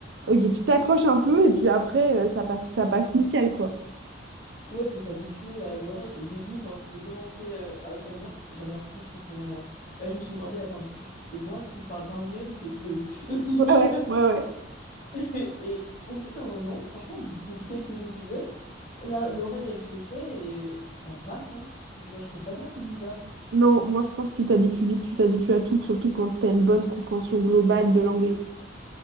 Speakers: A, on the right; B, on the left.
A: ok, tu t'accroches un peu, et puis après, euh, ça passe, ça passe nickel, quoi.
B: Ouais, faut s'habituer à l'oreille. Au début, quand j'ai commencé euh, Outlander, j'avais l'impression que je comprenais rien. Là, je me suis demandé, attends, est-ce que je- c'est moi qui parle pas anglais ou c'est eux? <laughs>
A: Ouais,
B: Je-
A: ouais, ouais, ouais.
B: Et, et au bout d'un moment, franchement, au bout de que quelques épisodes, là, l'oreille, elle se fait et ça passe, hein. Je- Moi, je trouve pas ça si bizarre.
A: Non, moi, je pense que tu t'habitues vite, tu t'habitues à tout, surtout quand t'as une bonne compréhension globale de l'anglais.